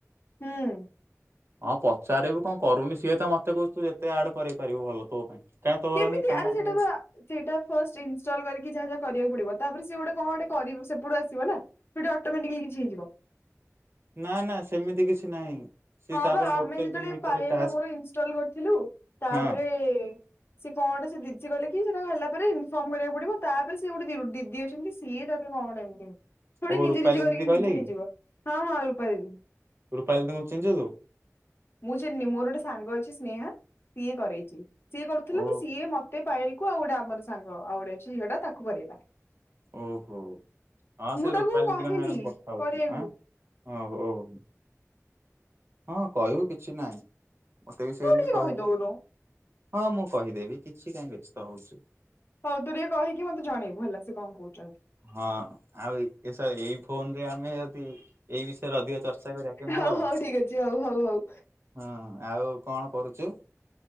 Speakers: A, on the left; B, on the right.
A: ହୁଁ।
B: ହଁ ପଚାରିବୁ କଣ କରୁନି ସିଏ ତ ମତେ କହୁଛୁ ଯେତେ ଆଡ କରେଇ ପାରିବୁ ଭଲ ତୋ ପାଇଁ। କାରଣ ତୋର
A: କେମିତି
B: ହିଁ କାମ
A: ଆରେ
B: କରିବାକୁ
A: ସେଇଟା ବା ସେଇଟା ଫାଷ୍ଟ ଇନଷ୍ଟଲ କରିକି ଯାହା ଯାହା କରିବାକୁ ପଡିବ ତାପରେ ସେ ଗୋଟେ କଣ ଗୋଟେ କରିବ ସେ ପୁରା ଆସିବ ନା ସୋ ଅଟୋମଟିକାଲି କିଛି ହେଇଯିବ।
B: ନା ନା ସେମିତି କିଛି ନାହିଁ। ସିଏ
A: ହଁ
B: ତାପରେ
A: ବା ଆମେ
B: ଗୋଟେ
A: ଯେତେବେଳେ
B: ଦିନ ଭିତରେ
A: ପାଲ
B: ଟାସ୍କ
A: ମୋର ଇନଷ୍ଟଲ କରିଥିଲୁ ତାପରେ
B: ହଁ
A: ସେ କଣ ସେ ଦିଦି ଗଲେ କି ସେଟା ହେଲା। ତାପରେ ଇନଫର୍ମ କରିବାକୁ ପଡିବ ତାପରେ ସେ ଗୋଟେ ଦିଦି ଅଛନ୍ତି ସିଏ ତାପରେ କଣ ଗୋଟେ ଏମତି ଏମିତି। ସେ ଗୁରା
B: ଓ
A: ନିଜେ
B: ରୁପାଲି
A: ନିଜେ କରିକି
B: ଦିଦି କହିଲେ
A: ନିଜେ
B: କି?
A: ହେଇଯିବ ହଁ ମୁଁ ଆଉ ପାରିବି।
B: ରୁପାଲି ଦିଦିଙ୍କୁ ଚିହ୍ନିଛୁ ତୁ
A: ମୁଁ ଚିହ୍ନିନି ମୋର ଗୋଟେ ସାଙ୍ଗ ଅଛି ସ୍ନେହା ସିଏ କରରେଛି ସିଏ କରୁଥିଲା
B: ଓ
A: କି ସିଏ ମତେ ପାୟେଲ ଆଉଗୋଟେ ଆମର ସାଙ୍ଗ ଆଉଗୋଟେ ଅଛି ଝିଅ ଟା ତାକୁ କରେଇବା।
B: ଓହୋ ହଁ ସେ ରୂପାଲି
A: ତାକୁ କହିଲି
B: ଦିଦିଙ୍କ ସାଙ୍ଗରେ ମୁଁ କଥା ହଉଥିଲି
A: କରିବାକୁ
B: ଆ ହଁ ହଉ। ହଁ କହିବୁ କିଛି ନାହିଁ। ମତେ ବି ସେମିତି
A: ତୁ ଟିକେ
B: କହିଲା।
A: କହିଦଉନୁ
B: ହଁ ମୁଁ କହିଦେବି। କିଛି କାହିଁ ବ୍ୟସ୍ତ ହଉଛୁ
A: ହଉ ତୁ ଟିକେ କହିକି ମତେ ଜଣେଇବୁ ଭଲ ସେ କଣ କହୁଛନ୍ତି।
B: ହଁ ଆଉ ଏଇ ଫୋନ ରେ ଆମେ ଯଦି ଏଇ ବିଷୟରେ ଅଧିକ ଚର୍ଚ୍ଚା କରିବା କେମିତି
A: ହଉ
B: ହବ
A: ହଉ ଠିକ ଅଛି ହଉ ହଉ ହଉ।
B: ହଁ ଆଉ କଣ କରୁଚୁ?